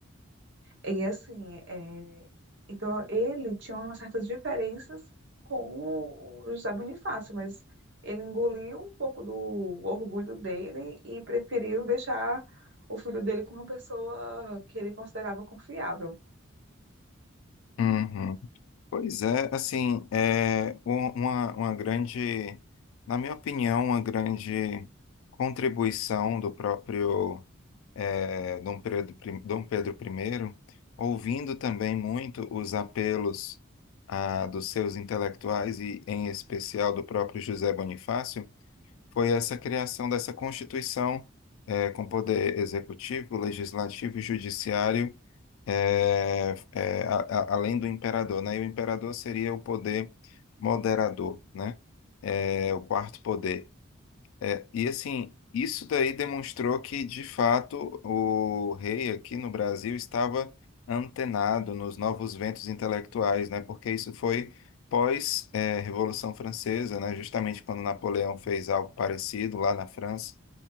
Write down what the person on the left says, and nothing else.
uhum. Pois é, assim, é um- uma, uma grande, na minha opinião, uma grande contribuição do próprio é, Dom Pedro, I- Dom Pedro I, ouvindo também muito os apelos ah, dos seus intelectuais e, em especial, do próprio José Bonifácio foi essa criação dessa Constituição, eh, com poder executivo, legislativo e judiciário, eh, eh, a- a- além do imperador, né? E o imperador seria o poder moderador, né? Eh, o quarto poder. É, e assim, isso daí demonstrou que, de fato, o rei aqui no Brasil estava antenado nos novos ventos intelectuais, né? Porque isso foi pós, eh, Revolução Francesa, né? Justamente quando Napoleão fez algo parecido lá na França.